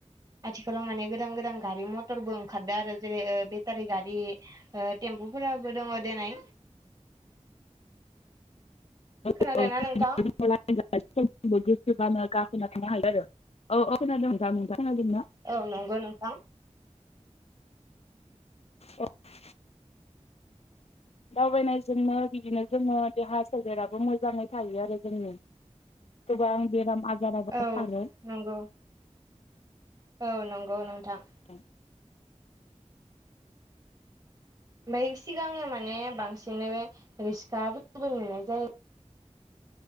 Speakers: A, on the right; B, on the left.
A: आथिखालाव माने गोदान- गोदान गारि मथरबो ओंखारदों आरो। जेरै बेटारि गारि ओ टेम्पुफोराबो दङ दनै
B: <unintelligible>
A: खोनादोंना
B: मा
A: नोंथां?
B: हाल आरो औ औ खोनादों नोंथां नोंथां खोनादों ना <unintelligible>
A: औ नंगौ नोंथां।
B: अ <unintelligible> दावबायनायजोंनो बिदिनो जोङो देहा सोलेराबो मोजाङै थायो आरो जोंनि गोबां बेराम आजाराबो
A: औ
B: खारो
A: नंगौ औ नंगौ नोंथां
B: <inaudible>
A: ओमफ्राय सिगाङो माने बांसिननो रिस्कफोरखौबो नुनाय जायो